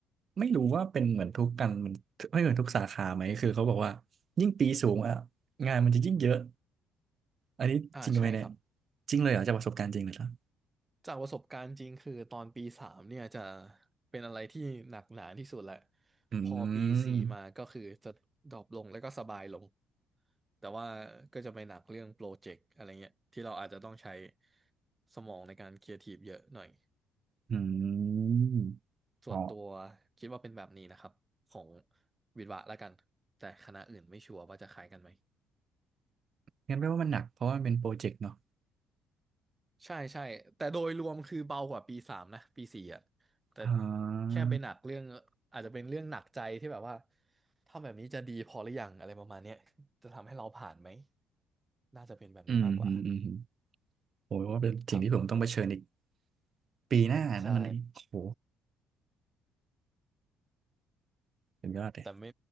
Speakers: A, on the right; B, on the right.
A: ไม่รู้ว่าเป็นเหมือนทุกกันเหมือนไม่เหมือนทุกสาขาไหมคือเขาบอกว่ายิ่งปีสูงอ่ะงานมันจะยิ่งเยอะอันนี้จริงไหมเนี่ย
B: อ่าใช่ครับ
A: จริงเลยเหรอจากประสบการณ์จริงเลยเหรอ
B: จากประสบการณ์จริงคือตอนปีสามเนี่ยจะเป็นอะไรที่หนักหนาที่สุดแหละ
A: อื
B: พอปีสี่มาก็คือจะดรอปลงแล้วก็สบายลง
A: ม
B: แต่ว่าก็จะไปหนักเรื่องโปรเจกต์อะไรเงี้ยที่เราอาจจะต้องใช้สมองในการครีเอทีฟเยอะหน่อย
A: อืม
B: ส่วนตัว
A: อ๋อ
B: คิดว่าเป็นแบบนี้นะครับของวิศวะละกันแต่คณะอื่นไม่ชัวร์ว่าจะคล้ายกันไหม
A: งั้นแปลว่ามันหนักเพราะว่ามันเป็นโปรเจกต์เนาะ
B: ใช่ใช่แต่โดยรวมคือเบากว่าปีสามนะปีสี่อ่ะแต่
A: อ่
B: แค่ไปหนักเรื่องอาจจะเป็นเรื่องหนักใจที่แบบว่า
A: า
B: ทำแบบนี้จะดีพอหรือยังอะไรประมาณเนี้ยจะทำให้เราผ่านไหมน่าจะเป็นแบบนี้มากกว่า
A: อืมอืมอืมโอ้ยว่าเป็นสิ่งที่ผมต้องเผชิญอีก
B: ครับ
A: ปีหน้านั่นนั่นเองโอ้โห
B: ใช่
A: เป็นยอดเลย
B: แต่ไม่